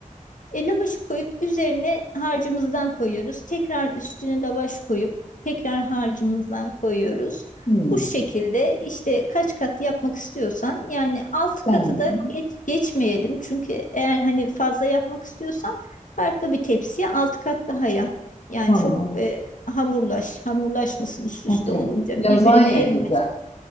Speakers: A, on the left; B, on the left.
A: E, lavaşı koyup üzerine harcımızdan koyuyoruz. Tekrar üstüne lavaş koyup tekrar harcımızdan koyuyoruz.
B: Hı,
A: Bu şekilde işte kaç kat yapmak istiyorsan yani altı
B: tamam,
A: katı da geç, geçmeyelim. Çünkü eğer hani fazla yapmak istiyorsan farklı bir tepsiye altı kat daha yap. Yani
B: tamam.
A: çok e, hamurlaş, hamurlaşmasın üst üste
B: Okey.
A: olunca
B: Lazanya
A: birbirini ezmesin.
B: gibi.